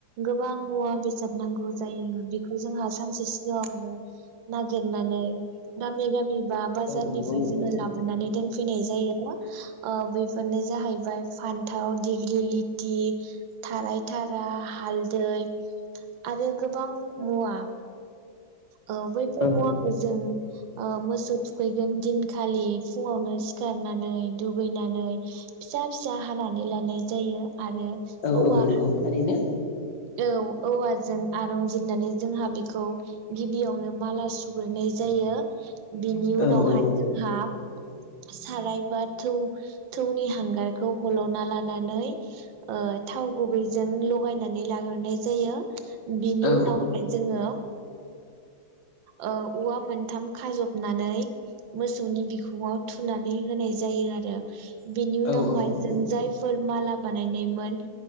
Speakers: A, on the right (about 85°); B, on the left (about 70°).
A: गोबां मुवा बेसाद नांगौ जायो बेखौ जोंहा सानसे सिगाङावनो नागिरनानै गामि गामि बा बाजारनिफ्राय
B: औ नंगौ नोंथां
A: जोङो लाबोनानै दोनफैनाय जायोना ओ बेफोरनो जाहैबाय फान्थाव दिग्लिलिथि थाराय थारा हालदै आरो गोबां मुवा औ बैफोर
B: औ
A: मुवाखौ
B: औ
A: जों ओ मोसौ थुखैगोन दिन खालि फुङावनो सिखारनानै दुगैनानै फिसा फिसा हानानै लानाय जायो । आरो
B: औ
A: औवा
B: औ नंगौ थारैनो
A: औ औवाजों आरमजिरनानै जोंहा बेखौ गिबियावनो माला सुग्रोनाय जायो बिनि उनावहाय
B: औ औ
A: जोंहा साराय बा थौ थौनि हांगारखौ हल'ना लानानै ओ थाव गुबै जों लगायनानै लाग्रोनाय जायो बिनि
B: औ
A: उनावहाय जोङो ओ औवा मोनथाम खाजबनानै मोसौनि बिखुंआव थुनानै होनाय जायो आरो। बिनि उनावहाय
B: औ औ नंगौ
A: जों जायफोर माला बानायनायमोन